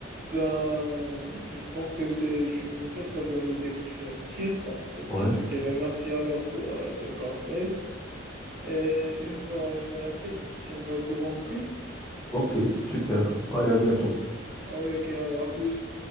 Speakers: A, on the right (about 45°); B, in the centre.
A: Ben, je pense que c'est une très très bonne idée que tu viens me dire. Donc,
B: Ouais,
A: je te dirais merci alors pour euh, ces conseils. Et une fois je vais acheter, je te tiendrai au courant, ok?
B: ok, super, allez à bientôt.
A: Oh. Ok, alors à plus.